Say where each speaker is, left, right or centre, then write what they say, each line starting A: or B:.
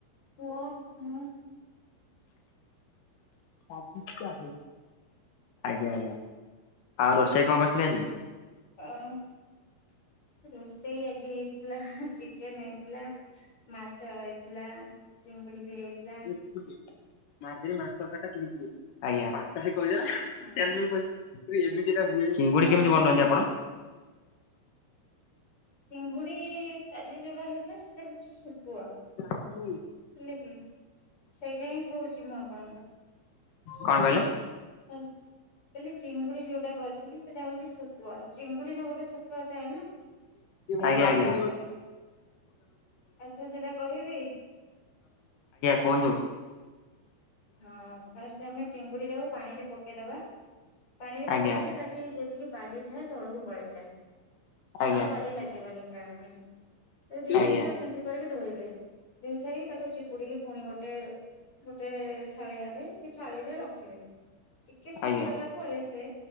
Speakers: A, on the left; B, on the left.
A: ପୁଅ ମୁଁ।
B: ଆଜ୍ଞା ଆଜ୍ଞା ଆଉ ରୋଷେଇ କଣ କରିଥିଲେ ଆଜି?
A: ଉଁ ରୋଷେଇ ଆଜି ହେଇଥିଲା ଚି କେନ୍ ହେଇଥିଲା ମାଛ ହେଇଥିଲା ଚିଙ୍ଗୁଡି ବି ହେଇଥିଲା।
B: ଆଜ୍ଞା। ଏମିତି ତ ହୁଏଇ ଚିଙ୍ଗୁଡି
A: ହୁଁ
B: କେମିତି ବନାନ୍ତି
A: କଣ
B: ଆପଣ?
A: ଖାଇଛନ୍ତି? ଚିଙ୍ଗୁଡ଼ି ଆଜି ଯୋଉଟା ହେଇଥିଲା ସେଇଟା ହେଉଛି ଶୁଖୁଆ।
B: କାହା ପାଇଁ କି?
A: ହେଲେ କି ସେଇଟା ହିଁ କହୁଛି ମୁଁ ଆପଣଙ୍କୁ।
B: କଣ କହିଲେ?
A: କାଲି ଚିଙ୍ଗୁଡି ଯୋଉଟା କରିଥିଲି ସେଟା ହଉଛି ଶୁ କୁୁଆ ଚିଙ୍ଗୁଡିର ଗୋଟେ ଶୁକୁୁଆ ଥାଏ ନା। ସେଇ
B: ଆଜ୍ଞା ଆଜ୍ଞା।
A: ଶୁଖୁଆ
B: ଆଜ୍ଞା
A: ଟା ଆଚ୍ଛା ସେଇଟା କହିବି
B: କୁହନ୍ତୁ।
A: ହଁ ଫାଷ୍ଟ୍ ଆମେ ଚିଙ୍ଗୁଡି ଟାକୁ ପାଣିରେ ପକେଇଦବା ପାଣିରେ ପକେଇଦେଲେ
B: ଆଜ୍ଞା
A: ତା ଯେତିକି ବାଲି ଥାଏ ତଳକୁ ପଳେଇଯାଏ।
B: ଆଜ୍ଞା।
A: ଆଉ ବାଲି ଲାଗିବନି ଖାଇବା ପାଇଁ ତ ଦି
B: ଆଜ୍ଞା
A: ତିନି ଥର
B: ଆଜ୍ଞା
A: ସେମତି କରିକି ଧୋଇବେ। ଧୋଇସାରିକି ତାକୁ ଚିପୁଡିକି ପୁଣି ଗୋଟେ ଗୋଟେ ଛାଳିଆରେ କି ଥାଳିରେ ରଖିବେ। ଟିକେ ଶୁଖିଗଲା
B: ଆଜ୍ଞା
A: ପରେ ସେ